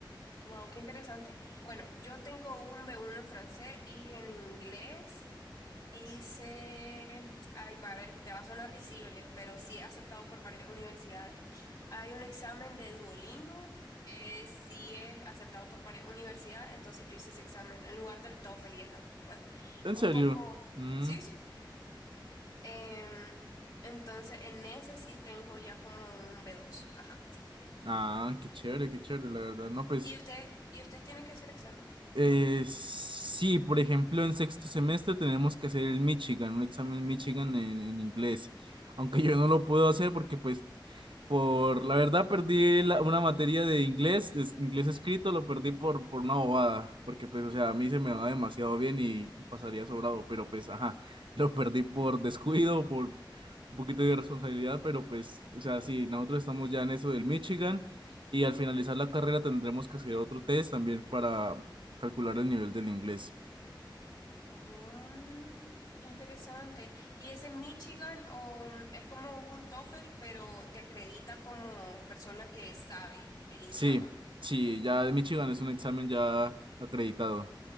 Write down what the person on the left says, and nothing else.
Wow, qué interesante. Bueno, yo tengo un B1 en francés y en inglés. hice Ay, va a ver, te va a sonar risible, pero sí he aceptado por varias universidades. Hay un examen de Duolingo que sí es aceptado por varias universidades, entonces yo hice ese examen en lugar del TOEFL y esa. Pues
un
poco...
Sí, sí. Em, entonces en ese sí tengo ya como un b dos Ajá, sí.
¿Y ustedes, y ustedes tienen que hacer examen?
Mm, interesante. ¿Y es en Michigan o mm, es como un TOEFL, pero te acredita como persona que sabe el idioma?